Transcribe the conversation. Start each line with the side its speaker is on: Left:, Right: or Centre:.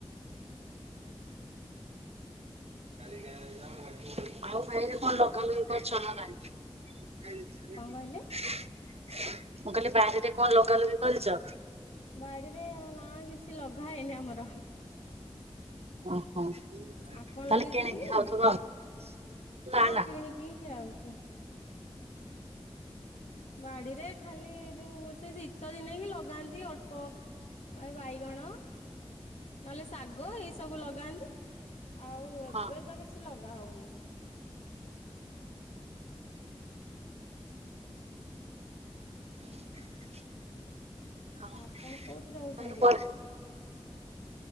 Left: <inaudible>
Right: ଆଉ ଭାଇରେ କଣ ଲଗାନ୍ତୁ କଣ ଚଲ ନାଣି ମୁଁ
Left: କଣ କହିଲେ?
Right: କହିଲି ବାରିରେ କଣ ଲଗା ଲଗା କରିଚ?
Left: ବାଡିରେ ନା କିଛି ଲଗା ହେଇନି ଆମର।
Right: ଓହୋ।
Left: ଆପଣ
Right: ତାହେଲେ
Left: ଲଗେଇଚନ୍ତି
Right: କିଣିକି
Left: କି?
Right: ଖାଉଥିବ ଆଉ ନା
Left: ହଁ
Right: ନା
Left: କିଣି କିିି ହିଁ ଖିଆ ହଉଚି। ବାଡିରେ ଖାଲି ଏଇ ଯୋଉ ସେ ଶି ତ ଦିନେ ହିଁ ଲଗାନ୍ତି ଅଳ୍ପ ଏ ବାଇଗଣ ନହେଲେ ଶାଗ ଏଇ ସବୁ ଲଗାନ୍ତି ଆଉ ଏବେ
Right: ହଁ
Left: ତ କିଛି ଲଗା ହଉନି।
Right: <inaudible>
Left: ଆପଣ କୋଉଠି ରହୁଛନ୍ତି ଏବେ?